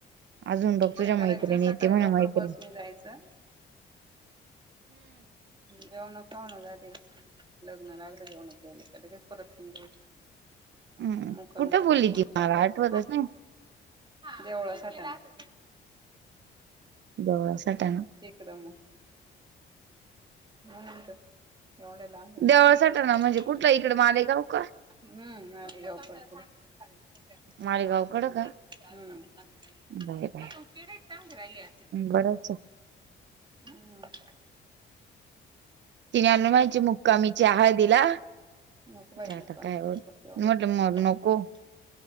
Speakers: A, on the right; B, on the right.
A: अजून बघ
B: ते काय
A: तुझ्या मैत्रिणी
B: करायचं सकाळी
A: येते म्हणे
B: लवकर
A: मैत्रिणी
B: बस म जायचं जेवन कोण ह झाारी लग्न लागलं जेऊनले का लगेच परत नाही रोज
A: हम्म
B: मुका
A: कुठं
B: म तर
A: बोलली
B: काही कोण
A: ती
B: पाठवण
A: मला आठवतच नाही
B: जवळासाठीदीच्याच
A: देवळा सटाणा
B: कड म का एवढे लांबे ना
A: देवळा सटाणा म्हणजे कुठला इकडे मालेगाव का
B: हम्म आ येऊ <inaudible> तुमची
A: मालेगावकडं का बाय बाय
B: ईड चांगली राहिले असतील.
A: बरंच
B: हम्
A: ति अनून माहिच मुकाा म चहाळ दिला
B: नको बाई
A: आता
B: मुक्कामी
A: काय
B: कुठं परत एवढ्या
A: म्हटलं मग नको